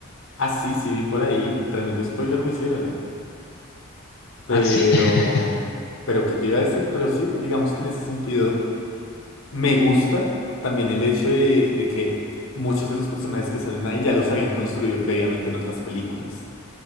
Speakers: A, on the left; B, on the left.
A: Ah, sí, sí vi por ahí. Tremendo spoiler me hicieron, ¿eh? Pero,
B: ¿Ah, sí? <laughs>
A: pero, ¿qué te iba a decir? Pero sí, digamos que en ese sentido me gusta también el hecho de, de que muchos de los personajes que salen ahí ya los habían construido previamente en otras películas.